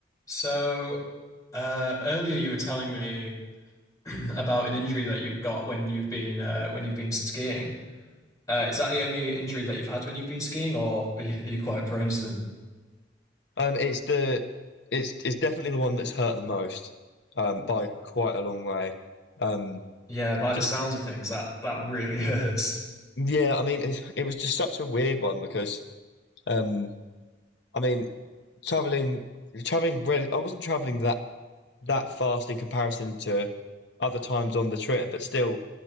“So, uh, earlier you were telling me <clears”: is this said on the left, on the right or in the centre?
Left